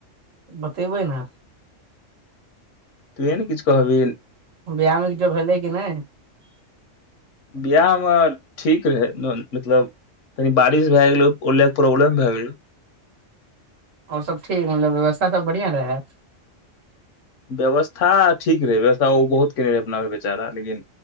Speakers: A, on the right; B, on the left.
A: बतेबै न
B: तु है न किछ कहबी
A: बियाह में किछो भेलै कि नै
B: बिआह में ठीक रहै मतलब तनि बारिश भैऽ गेलो ओहिले केँ प्रॉब्लम भैऽ गेलो
A: और सब ठीक मतलब व्यवस्था सब बढ़िआँ रहैत
B: व्यवस्था ठीक रहै व्यवस्था ओ बहुत केने रहै अपना बेचारा लेकिन